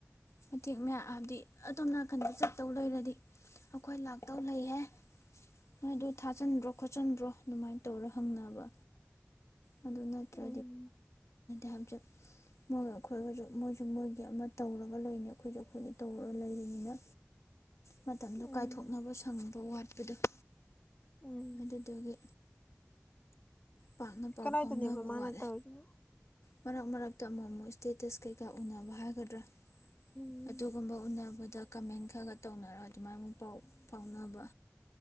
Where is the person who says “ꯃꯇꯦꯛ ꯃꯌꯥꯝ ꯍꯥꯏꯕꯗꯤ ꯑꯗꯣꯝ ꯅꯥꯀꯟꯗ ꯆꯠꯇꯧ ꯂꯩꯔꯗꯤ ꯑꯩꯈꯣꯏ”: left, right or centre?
Left